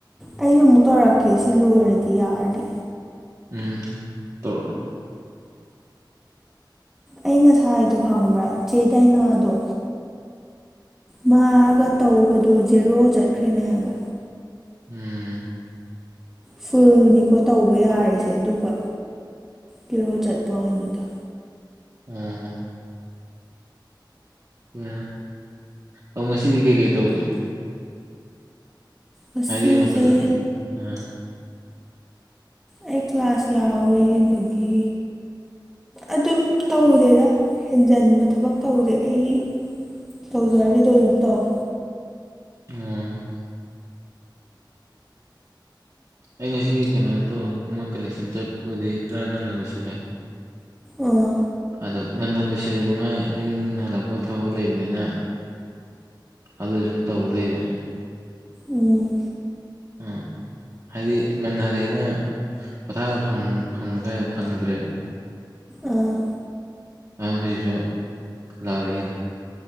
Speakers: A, in the centre; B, on the right.
A: ꯑꯩꯁꯨ ꯑꯃꯨꯛ ꯇꯧꯔꯛꯀꯦ ꯁꯤ ꯂꯣꯏꯔꯗꯤ ꯌꯥꯔꯗꯤ꯫
B: ꯎꯝ ꯇꯧꯔꯛꯑꯣ꯫
A: ꯑꯩ ꯉꯁꯥꯏ ꯗꯣ ꯈꯪꯕ꯭ꯔꯥ ꯆꯦꯗꯥꯏꯅꯥꯗꯣ ꯃꯥꯒ ꯇꯧꯕꯗꯣ ꯖꯦꯔꯣ ꯆꯠꯈ꯭ꯔꯦꯅꯦ ꯍꯥꯏꯕ
B: ꯎꯝ
A: ꯐꯨꯜꯅꯤꯀꯣ ꯇꯧꯕ ꯌꯥꯔꯤꯁꯦ ꯑꯗꯨꯒ ꯀꯦꯔꯣ ꯆꯠꯄꯅꯤꯗ
B: ꯎꯝ ꯎꯝ ꯑꯧ ꯉꯁꯤꯗꯤ ꯀꯩ ꯀꯩ ꯇꯧꯒꯦ
A: ꯉꯁꯤꯁꯦ
B: ꯍꯥꯏꯗꯤ ꯃꯇꯝ ꯑ
A: ꯑꯩ ꯀ꯭ꯂꯥꯁ ꯌꯥꯎꯋꯦ ꯑꯗꯨꯒꯤ ꯑꯗꯨꯝ ꯇꯧ ꯆꯦꯗ ꯍꯦꯟꯖꯟꯕ ꯊꯕꯛ ꯇꯧꯗꯦ ꯑꯩ ꯇꯧꯖꯔꯤꯗꯣ ꯑꯗꯨꯝ ꯇꯧꯋꯦ
B: ꯎꯝ ꯑꯩ ꯉꯁꯤ ꯀꯩꯅꯣ ꯇꯧ ꯃꯣꯏ ꯀꯂꯦꯛꯁꯟ ꯆꯠꯄꯕꯨꯗꯤ ꯈꯔ ꯉꯟꯅ ꯂꯣꯏꯁꯤꯜꯂꯦ
A: ꯑꯥ
B: ꯑꯗꯣ ꯉꯟꯅ ꯂꯣꯏꯁꯤꯜꯂꯤ ꯅꯨꯡꯉꯥꯏ ꯌꯨꯝ ꯍꯜꯂꯛꯄ ꯊꯕꯛ ꯂꯩꯕꯅꯤꯅ ꯑꯗꯨ ꯁꯨꯝ ꯇꯧ ꯂꯩꯔꯦ
A: ꯎꯝ
B: ꯎꯝ ꯍꯥꯏꯗꯤ ꯉꯟꯅ ꯍꯜꯂꯑꯦꯅ ꯄꯣꯊꯥꯕ ꯐꯪ ꯐꯪꯕ ꯀꯥꯏꯗꯣ ꯐꯪꯗ꯭ꯔꯦꯕ
A: ꯑꯥ
B: ꯑꯉ ꯍꯧꯖꯤꯛꯁꯨ ꯂꯥꯎꯔꯛꯏꯗꯣ